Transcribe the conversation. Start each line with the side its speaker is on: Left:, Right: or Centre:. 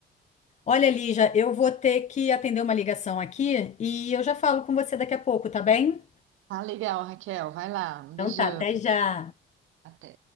Left: Olha, Lígia, eu vou ter que atender uma ligação aqui e eu já falo com você daqui a pouco, tá bem?
Right: Tá legal, Raquel, vai lá, um
Left: Então
Right: beijão.
Left: tá, até já.
Right: Até.